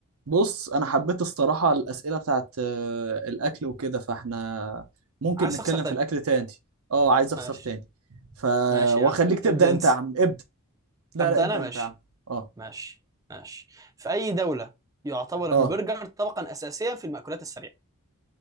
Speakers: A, on the right; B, on the right.
A: بص انا حبيت الصراحه الاسئله بتاعت آه، الاكل وكده فاحنا ممكن
B: عايز
A: نتكلم
B: تخسر تاني
A: في الاكل تاني اه عايز اخسر
B: ماشي
A: تاني ف
B: ماشي
A: واخليك
B: يا عم
A: تبدا
B: ابدأ
A: انت
B: انت
A: يا عم ابدا لا
B: ابدأ
A: لا ابدا
B: انا ماشي
A: انت يا عم اه
B: ماشي ماشي في اي دولة يعتبر
A: اه
B: البرجر طبقا اساسيا في المأكولات السريعة